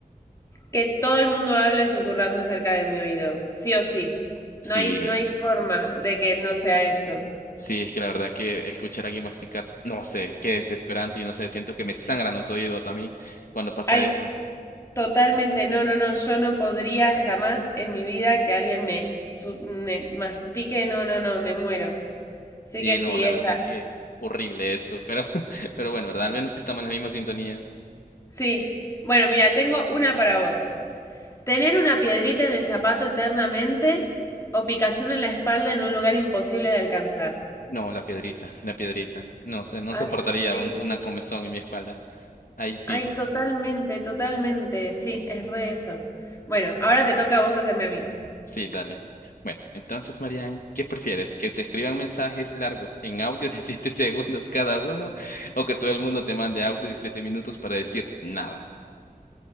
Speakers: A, on the left; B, on the left.
A: Que todo el mundo hable susurrando cerca de mi oído, sí o sí.
B: Sí.
A: No hay, no hay forma de que no sea eso.
B: Sí, es que la verdad que escuchar aquí masticar, no sé, qué desesperante y no sé, siento que me sangran los oídos a mí cuando pasa
A: Ay,
B: eso.
A: totalmente no, no, no, yo no podría jamás en mi vida que alguien me, su- me mastique, no, no, no, me muero. Así
B: Sí,
A: que sí,
B: no, la
A: esta.
B: verdad que horrible eso, pero, <laughs> pero bueno, ¿verdad? Al menos sí estamos en la misma sintonía.
A: Sí. Bueno, mira, tengo una para vos. Tener una piedrita en el zapato eternamente o picazón en la espalda en un lugar imposible de alcanzar.
B: No, la piedrita, la piedrita. No sé, no
A: Ay,
B: soportaría
A: sí.
B: un- una comezón en mi espalda. Ahí sí,
A: Ay, totalmente, totalmente. Sí, es re eso. Bueno, ahora te toca a vos hacerme a mí.
B: sí, dale. Bueno, entonces, Marian, ¿qué prefieres? ¿Que te escriban mensajes largos en audio de 7 <laughs> segundos cada uno o que todo el mundo te mande audio de 7 minutos para decir nada?